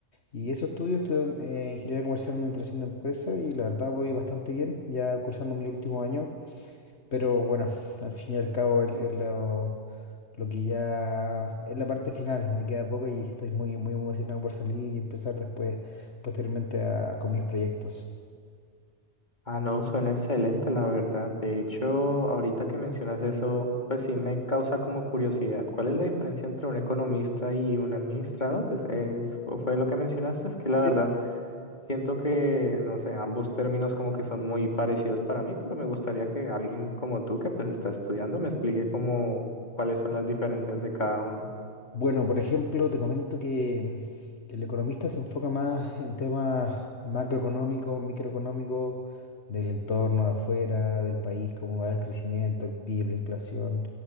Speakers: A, on the left; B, on the left.
A: Y eso estudio, estudio eh, ingeniería comercial y administración de empresas y la verdad voy bastante bien, ya cursando mi último año. Pero bueno, al fin y al cabo es es lo, lo que ya es la parte final. Me queda poco y estoy muy, muy emocionado por salir y empezar después, posteriormente, a- con mis proyectos.
B: Ah, no, suena excelente, la verdad. De hecho, ahorita que mencionas eso, pues sí me causa como curiosidad. ¿Cuál es la diferencia entre un economista y un administrador? Es, es- fue fue lo que mencionaste, es que la
A: sí
B: verdad... Siento que, no sé, ambos términos como que son muy parecidos para mí, pero me gustaría que alguien como tú que pues está estudiando me explique como cuáles son las diferencias de cada uno.
A: Bueno, por ejemplo, te comento que el economista se enfoca más en temas macroeconómicos, microeconómicos, del entorno de afuera, del país, cómo va el crecimiento, el PIB, la inflación